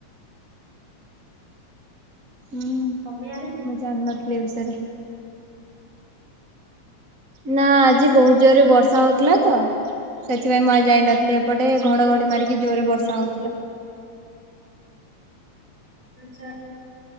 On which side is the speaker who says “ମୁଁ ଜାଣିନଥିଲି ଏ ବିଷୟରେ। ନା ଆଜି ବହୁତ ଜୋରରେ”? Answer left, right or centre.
Right